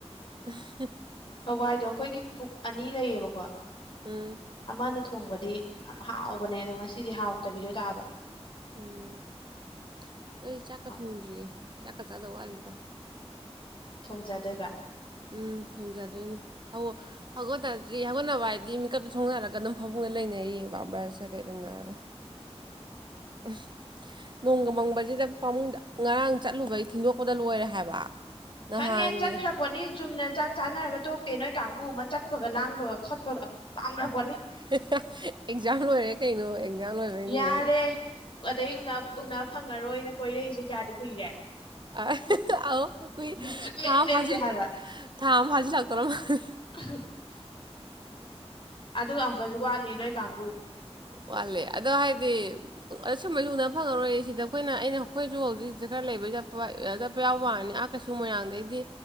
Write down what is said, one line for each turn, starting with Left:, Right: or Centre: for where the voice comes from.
Right: <unintelligible>
Left: ꯍꯋꯥꯏꯗꯣ ꯑꯈꯣꯏꯒꯤ ꯀꯨꯛ ꯑꯅꯤ ꯂꯩꯌꯦꯕꯀꯣ
Right: ꯎꯝ
Left: ꯑꯃꯅ ꯊꯣꯡꯕꯗꯤ ꯌꯥꯝ ꯍꯥꯎꯕꯅꯦ ꯑꯗꯣ ꯉꯁꯤꯗꯤ ꯍꯥꯎꯇꯕꯤꯗꯨ ꯇꯥꯕ
Right: <unintelligible> ꯈꯣꯏ
Left: ꯌꯥꯝ
Right: ꯆꯥꯛꯀ
Left: ꯍꯥꯎꯇꯦ
Right: ꯊꯣꯡꯗ꯭ꯔꯤꯌꯦ ꯆꯥꯛꯀ ꯆꯥꯗꯧ ꯋꯥꯠꯂꯤꯗ
Left: ꯊꯣꯡꯖꯗꯣꯏꯕ
Right: ꯎꯝ ꯊꯣꯡꯖꯗꯣꯏꯅꯦ <unintelligible> ꯍꯧꯒꯠ <unintelligible> ꯍꯧꯒꯠꯅꯕ ꯍꯥꯏꯗꯤ ꯃꯤꯀꯞꯇꯣ ꯊꯣꯡꯅꯔꯒ ꯑꯗꯨꯝ ꯐꯃꯨꯡꯅ ꯂꯩꯅꯔꯤꯌꯦ ꯕꯥ ꯕ꯭ꯔꯁ ꯀꯀꯩ ꯇꯧꯅꯔꯒ <unintelligible> ꯅꯣꯡꯒ ꯃꯪꯕꯁꯤꯗ ꯐꯃꯨꯡꯗ ꯉꯔꯥꯡ ꯆꯠꯂꯨꯕꯩ ꯊꯤꯟꯗꯣꯛꯄꯗ ꯂꯣꯏꯔꯦ ꯍꯥꯏꯕ ꯅꯍꯥꯟꯒꯤ
Left: ꯈꯪꯉꯦ ꯆꯠꯈ꯭ꯔꯄꯣꯠꯅꯤ ꯆꯨꯝꯅ ꯆꯥꯛ ꯆꯥꯅꯔꯒ ꯇꯣꯛꯇꯦ ꯅꯣꯏ ꯀꯥꯡꯒꯨ ꯑꯃ ꯆꯠꯄꯒ ꯂꯥꯡꯕ <unintelligible> ꯈꯣꯠꯄꯒ ꯄꯥꯝꯒ꯭ꯔ ꯄꯣꯠꯅꯤ꯫
Right: <unintelligible> ꯑꯦꯛꯖꯥꯝ ꯂꯣꯏꯔꯦ ꯀꯩꯅꯣ ꯂꯣꯏꯕꯩꯅꯤꯅꯦ
Left: ꯌꯥꯔꯦ ꯑꯗꯩ ꯎꯅ ꯎꯅ ꯐꯪꯉꯔꯣꯏꯅ ꯀꯣꯏꯔꯛꯏꯁꯦ ꯀ꯭ꯌꯥꯗꯤ ꯀꯨꯏꯔꯦ
Right: <unintelligible> ꯑꯧ ꯀꯨꯏ
Left: ꯁꯨꯛꯂꯦꯞ
Right: ꯊꯥ ꯑꯃ
Left: ꯂꯦꯞꯇꯦ
Right: ꯐꯖꯤꯜ
Left: ꯍꯥꯏꯕ
Right: ꯊꯥ ꯑꯃ ꯐꯥꯖꯤꯜꯂꯛꯇꯧꯔ ꯃꯥꯜꯂꯦ
Left: <unintelligible> ꯑꯗꯨꯒ ꯑꯃꯨꯛꯀꯖꯨ ꯋꯥꯠꯂꯤ ꯅꯣꯏ ꯀꯥꯡꯕꯨ
Right: ꯋꯥꯠꯂꯤ ꯑꯗꯣ ꯍꯥꯏꯗꯤ ꯑꯁꯨꯝꯕꯩꯖꯨ ꯎꯅ ꯐꯪꯉꯔꯣꯏ ꯁꯤꯗ ꯑꯩꯈꯣꯏꯅ ꯑꯩꯅ ꯑꯩꯈꯣꯏꯖꯨ ꯍꯧꯖꯤꯛ ꯁꯤꯗ ꯈꯔ ꯂꯩꯕꯩ ꯆꯠꯄ ꯑꯥ ꯆꯠꯄ ꯌꯥꯎꯕ ꯋꯥꯅꯤ ꯑ ꯀꯁꯨ ꯃꯣꯏꯔꯥꯡꯗꯩꯗꯤ